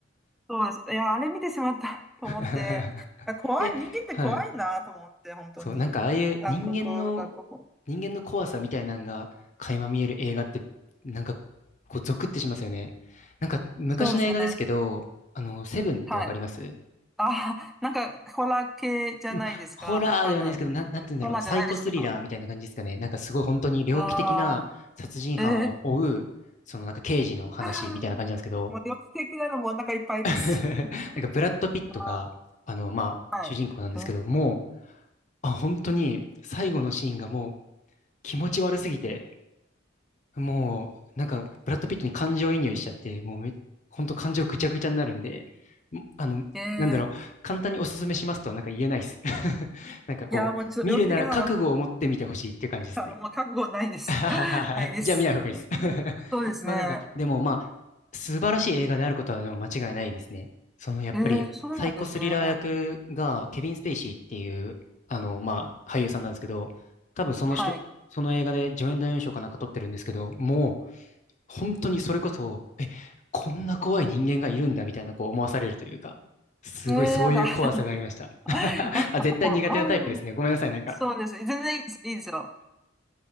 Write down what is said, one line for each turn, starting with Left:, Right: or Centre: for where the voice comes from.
Centre: そうなんです。いや、あれ見てしまった <laughs> と思って、
Left: <laughs>
Centre: あ怖い、
Left: え、
Centre: 人間って怖いなと思って、
Left: はい。
Centre: 本当に。
Left: そう、なんかああいう人間の、
Centre: 残酷なとこ。
Left: 人間の怖さみたいなのが垣間見える映画って、なんかこうゾクってしますよね。なんか昔の映画ですけど、
Centre: そうですね。
Left: あの、セブンってわかります
Centre: はい。あ、なんか、ホラー系じゃないですか、
Left: まあホラーではないですけど、
Centre: 多分。
Left: なん、なんて言うんだろう、
Centre: ホラーじゃないですか。
Left: サイコスリラーみたいな感じですかね。なんかすごい本当に猟奇的な殺人犯を追う、
Centre: ああ、ええ
Left: そのなんか刑事の話みたいな感じなんですけど、
Centre: <laughs> もう、猟奇的なのもお腹いっぱいです。
Left: <laughs> なんかブラッド・
Centre: <laughs>
Left: ピットが、
Centre: あ
Left: あの、まあ、
Centre: ー、はい。
Left: 主人公なんですけど、
Centre: うん
Left: もう、あ、本当に最後のシーンがもう気持ち悪すぎて、もう、なんか、ブラッド・ピットに感情移入しちゃって、もうめ、ほんと感情ぐちゃぐちゃになるんで、もあの、
Centre: ええ
Left: なんだろう、簡単におすすめしますとはなんか言えないです。<laughs> なんかこう、
Centre: いや、もうちょっと猟奇的なのはなん
Left: 見るなら覚悟を持って見てほしいっていう感じですね。
Centre: から、もう覚悟ないです。
Left: <laughs>
Centre: <laughs> ないです。
Left: じゃあ見ない方がいいです。<laughs>
Centre: そうですね。
Left: まあなんか、でもまあ、素晴らしい映画であることはでも間違いないですね。そのやっぱり、
Centre: ええそうなんですね。
Left: サイコスリラー役がケビン・スペイシーっていう、あの、まあ、俳優さんなんですけど、多分その人、
Centre: はい。
Left: その映画で助演男優賞かなんか取ってるんですけど、もう本当にそれこそ、え、こんな怖い人間がいるんだみたいなこう思わされるというか、すごいそういう怖さがありました。
Centre: えー、やだ。
Left: <laughs>
Centre: <laughs> やだ、
Left: あ、絶対苦手なタイプですね。
Centre: もう。
Left: ごめんなさい。なんか、
Centre: そうです。全然いいです。いいですよ。